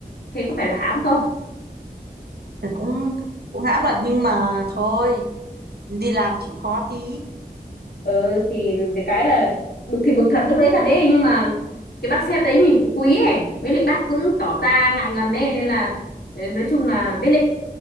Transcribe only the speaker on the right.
Ừ, cũng cũng hãm thật nhưng mà thôi đi làm chịu khó tí